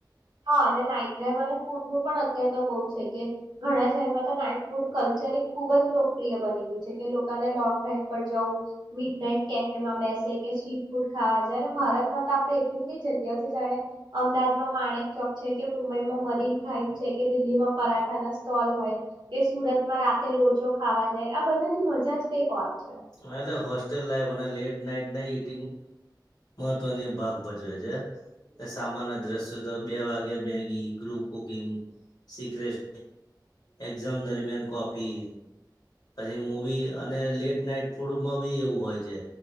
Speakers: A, on the right; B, on the left.
A: હા અને નાઇટ ડ્રાઈ અને ફૂડ નું પણ અત્યારે તો બહુ છે કે, ઘણા શહેરમાં તો નાઈટ ફૂડ કલ્ચર એક ખુબ જ લોકપ્રિય બની ગયું છે કે લોકોને લોંગ ડ્રાઈવ પર જવું. મીટ નાઇટ કે તેમાં બેસે કે સ્ટ્રીટ ફૂડ ખાવા જાય અને ભારતમાં તો આપડણે એટલી બધી જગ્યાઓ છે જાણે, અમદાવાદમાં માણે ચોક છે કે મુંબઈમાં મરીન ડ્રાાઈવ છે કે દિલ્હીમાં પરાઠા ના સ્ટોલ હોય, કે સુરતમાં રાતે લોચો ખાવા જાય આ બધાની મજા જ કઈક ઓર છે.
B: હ એલે હોસ્ટેલ લાઈફ અને લેટ નાઈટ નઈટ મહત્વની ભાગ ભજવે છે, સામાન દ્રશ્યો તો બે વાગ્યે Maggi group cooking, secret exam દરમિયાન કોફી, પછી મવી અને લેટ નાઈટ ફૂડમાં બી એવું હોય છે,